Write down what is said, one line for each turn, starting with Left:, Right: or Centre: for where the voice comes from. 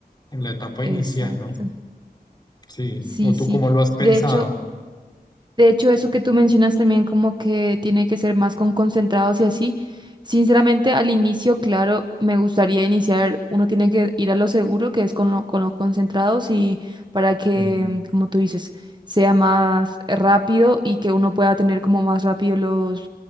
Left: en la etapa
Right: Exacto.
Left: inicial, ¿no? Sí,
Right: Sí,
Left: o tú
Right: sí.
Left: cómo lo has pensado.
Right: De hecho, De hecho, eso que tú mencionas también como que tiene que ser más con concentrados y así. Sinceramente, al inicio, claro, me gustaría iniciar, uno tiene que ir a lo seguro, que es con lo, con los concentrados y para que,
Left: Mm,
Right: mm, como tú dices, sea más rápido y que uno pueda tener como más rápido los